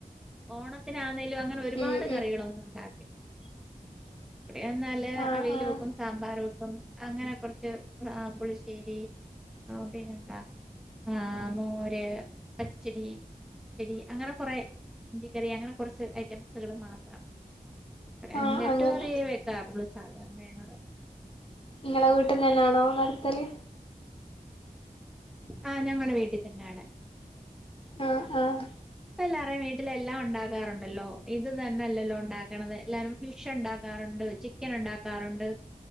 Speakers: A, in the centre; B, on the left.
A: ഓണത്തിനാന്നേലും അങ്ങനെ ഒരുപാട്
B: ഉം
A: കറികളൊന്നുണ്ടാ
B: ഉം <inaudible>
A: എന്നാല്
B: ആഹ്
A: അവിയല്
B: ആഹ്
A: വെക്കും സാമ്പാറ് വെക്കും അങ്ങനെ കൊറച്ച് പുളിശ്ശേരി
B: <inaudible>
A: ആഹ് പിന്നെന്താ ആ മോര്, പച്ചടി കിച്ചെടി അങ്ങനെ കൊറെ ഇഞ്ചിക്കറി അങ്ങനെ കുറച്ച് ഐറ്റംസുകള് മാത്രം. ഒരഞ്ചെട്ട്
B: ആഹ് അങ്ങനെ
A: കറിയേ വെക്കാറുള്ളൂ സാധാരണ ഞങ്ങള്
B: നിങ്ങള് വീട്ട്ന്നെന്നാണോ നടത്തല്.
A: ആഹ് ഞങ്ങള് വീട്ടിത്തന്നാണ്.
B: ആഹ് ആഹ്
A: എല്ലാറേം വീട്ടിലെല്ലാം ഉണ്ടാക്കാറുണ്ടല്ലോ ഇത് തന്നല്ലല്ലോ ഉണ്ടാക്കണത് എല്ലാരും ഫിഷുണ്ടാക്കാറുണ്ട്. ചിക്കനുണ്ടാക്കാറുണ്ട്.